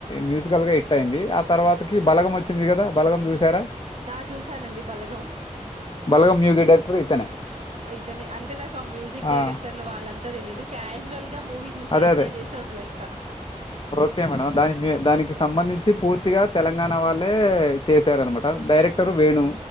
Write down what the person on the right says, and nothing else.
నా చూసానండి బలగం
ఇతనే అంటే నాకు ఆ మ్యూజిక్
డైరెక్టర్లు వాళ్ళంతా తెలిదు క్యాజువల్ మూవీ జూసి
ఎంజాయ్
జేసి ఒద్లేస్తా